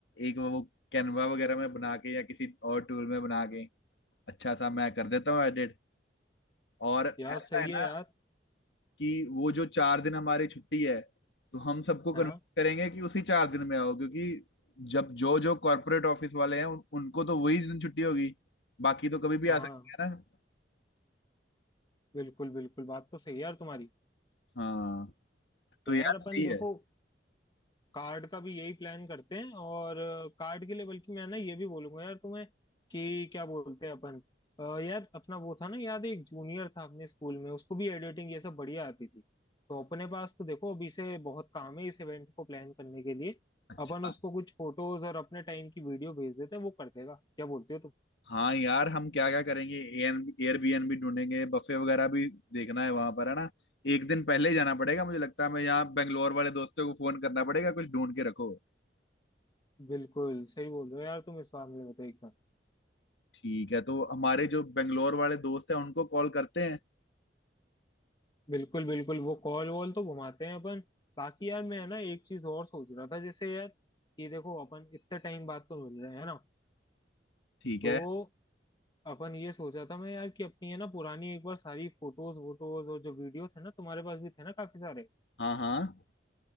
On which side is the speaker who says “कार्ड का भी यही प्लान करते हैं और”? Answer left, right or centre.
Left